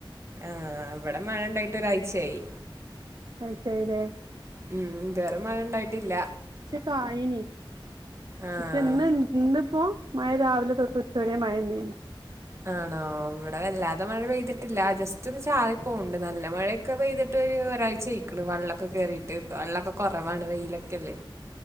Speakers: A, on the right; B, on the right.
A: ആഹ ഇവിടെ മഴണ്ടായിട്ട് ഒരാഴ്ചയായി
B: ആ ശരി <unintelligible>
A: ഉം ഇതു വേറെ മഴ ഉണ്ടായിട്ടില്ല
B: കായനി
A: ആ
B: പക്ഷെ ഇന്ന് ഇന്നിപ്പോ മഴ രാവിലെ തൊട്ട് ഉച്ച വരെ മഴ നീന്
A: ആണോ ഇവിടെ വല്ലാതെ മഴ പെയ്തിട്ട ഇല്ല ജസ്റ്റ് ഒന്ന് ചാറി പോകുന്നുണ്ട് നല്ല മഴയൊക്കെ പെയ്തിട്ട് ഒരാഴ്ച ആയിക്കുന്ന് വെള്ളമൊക്കെ കയറിയിട്ട് വെള്ളൊക്കെ കുറവാണ് വെയിലൊക്കെല്ലേ